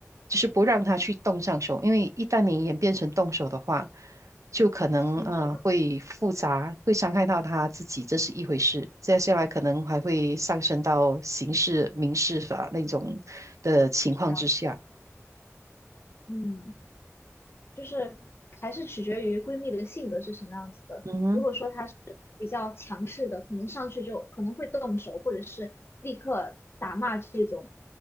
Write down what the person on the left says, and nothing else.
情绪就
不值得嗯。就是还是取决于闺蜜的性格是什么样子的。
如果说她是比较强势的，可能上去就可能会动手，或者是立刻打骂这种。